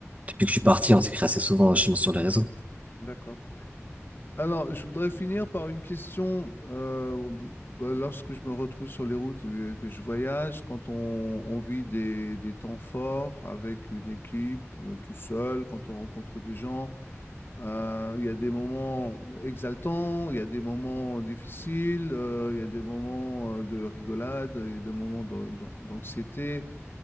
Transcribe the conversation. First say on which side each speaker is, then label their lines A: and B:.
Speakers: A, on the right; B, on the left.
A: depuis que je suis parti, on s'écrit assez souvent justement sur les réseaux.
B: D'accord. Alors, je voudrais finir par une question. euh, bah, lorsque je me retrouve sur les routes, euh, que je voyage, quand on, on vit des, des temps forts avec une équipe, euh, tout seul, quand on rencontre des gens, euh, il y a des moments exaltants, il y a des moments difficiles, euh, il y a des moments euh, de rigolade, il y a des moments d'an- d'an- d'anxiété.